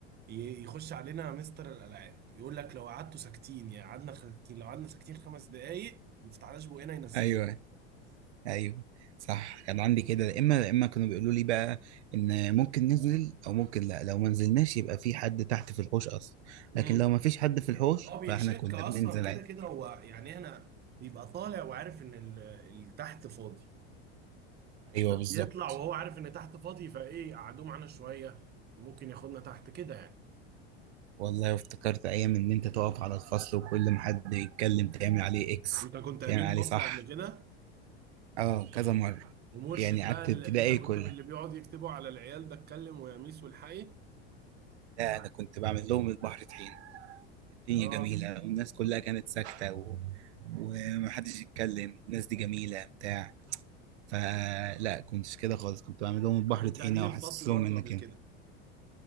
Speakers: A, on the right; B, on the right.
A: ي- يخش علينا مستر الالعاب يقول لك لو قعدتوا ساكتين يعني قعدنا ساكتين لو قعدنا ساكتين خمس دقايق ما فتحناش بقنا ينزلنا
B: ايوه ايوه صح كان عندي كده يا اما يا اما كانوا بيقولوا لي بقى ان ممكن ننزل او ممكن لا لو ما نزلناش يبقى في حد تحت في الحوش اصلا
A: امم
B: لكن لو ما فيش حد في الحوش
A: هو بيتشك
B: فاحنا كنا
A: اصلا
B: بننزل
A: كده
B: عادي
A: كده هو يعني هنا بيبقى طالع وعارف ان ال- اللي تحت فاضي
B: ايوه
A: فبيطلع
B: بالظبط
A: وهو عارف ان تحت فاضي فايه قعدوه معانا شويه ممكن ياخدنا تحت كده يعني
B: والله افتكرت ايام ان انت تقف على الفصل وكل ما حد يتكلم تعمل عليه اكس
A: انت كنت امين
B: تعمل عليه
A: فصل
B: صح
A: قبل كده
B: اه كذا مره
A: ومرشد
B: يعني قعدت
A: بقى اللي
B: ابتدائي
A: انت كنت
B: كلها
A: من اللي بيقعد يكتبوا على العيال ده اتكلم ويا ميس والحقي
B: لا انا كنت بعمل لهم البحر طحين الدنيا
A: يا راجل
B: جميله والناس كلها كانت ساكته و... ومحدش يتكلم الناس دي جميله بتاع فلا كنتش كده خالص كنت بعمل لهم البحر
A: انا كنت
B: طحينه
A: امين
B: واحسس
A: الفصل
B: لهم
A: برضو
B: انك
A: قبل
B: انت
A: كده